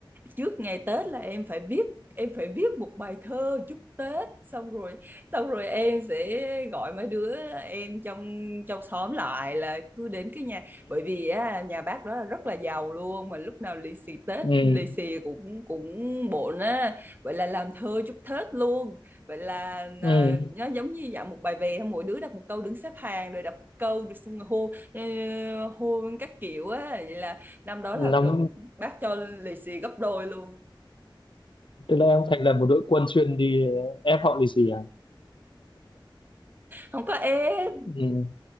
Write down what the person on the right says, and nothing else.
trước ngày Tết là em phải viết em phải viết một bài thơ chúc Tết xong rồi xong rồi em sẽ gọi mấy đứa em trong trong xóm lại là cứ đến cái nhà bởi vì á, nhà bác đó là rất là giàu luôn mà lúc nào lì xì Tết
lì xì cũng cũng bộn á vậy là làm thơ chúc Tết luôn vậy là
à,
nó giống như dạng một bài về mỗi đứa đọc một câu đứng xếp hàng rồi đọc một câu rồi xong rồi hô ờ, hô các kiểu á vậy là năm đó là
được bác cho lì xì gấp đôi luôn
không có ép